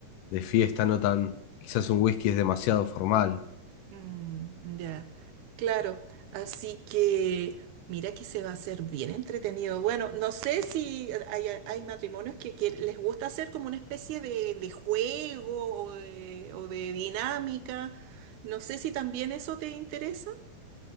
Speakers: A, on the left; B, on the right.
A: de fiesta, no tan. Quizás un whisky es demasiado formal.
B: Mm, ya, claro. Así que mira que se va a hacer bien entretenido. Bueno, no sé si hay, hay matrimonios que, que les gusta hacer como una especie de, de juego o de, o de dinámica. No sé si también eso te interesa.